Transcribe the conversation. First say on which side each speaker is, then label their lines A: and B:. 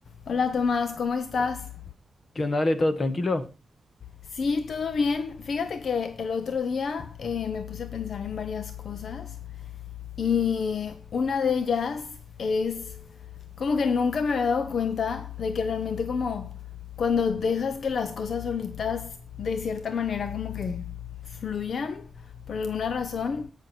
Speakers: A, on the left; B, on the left.
A: Hola Tomás, ¿cómo estás?
B: ¿Qué onda? Dale, ¿todo tranquilo?
A: Sí, todo bien. Fíjate que el otro día eh, me puse a pensar en varias cosas y una de ellas es como que nunca me había dado cuenta de que realmente como cuando dejas que las cosas solitas de cierta manera como que fluyan por alguna razón,